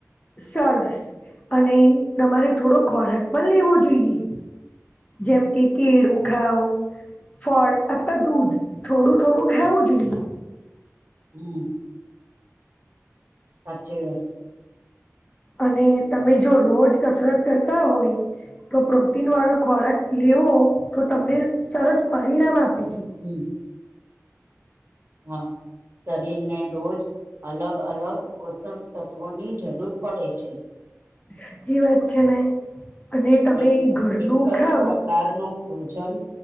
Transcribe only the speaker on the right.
હમ. સાચીવશે
હમ હા શરીરને રોજ અલગ અલગ પોષક તત્ત્વોની જરૂર પડે છે
એક
એક
જ પ્રકારનું ભોજન